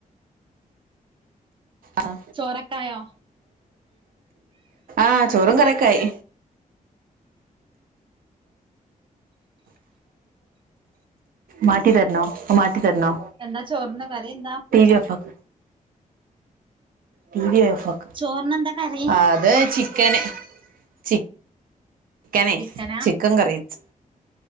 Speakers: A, on the right (about 85°); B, on the right (about 35°).
A: ആ
B: ചോറൊക്കായോ
A: ആഹ് ചോറും
B: ചോർ
A: കറിയും ഒക്കെ ആയി മാറ്റി തരണോ മാറ്റി തരണോ
B: എന്താ ചോറിനു കറി എന്താ?
A: ടീവി ഓഫ്‌ ആക്‌ ടീവി ഓഫാക്ക്
B: ചോറിനെന്താ കറി
A: അത് ചിക്കന് ചിക്കനെ
B: ചിക്കനാ
A: ചിക്കൻ കറി വെച്ച്